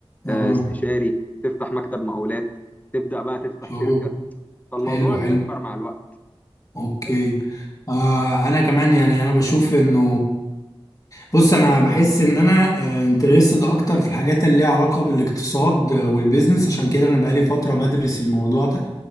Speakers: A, on the left; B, on the left.
A: آه،
B: أه
A: استشاري تفتح مكتب مقاولات تبدا بقى تفتح
B: شعور
A: شركه فالموضوع
B: حلو
A: بيكبر
B: حلو
A: مع الوقت
B: أوكي
A: بس
B: آه أنا كمان يعني أنا بشوف إنه بص انا بحس ان انا انترستد اكتر في الحاجات اللي ليها علاقه بالاقتصاد آه، والبيزنس عشان كده انا بقالي فتره بدرس الموضوع ده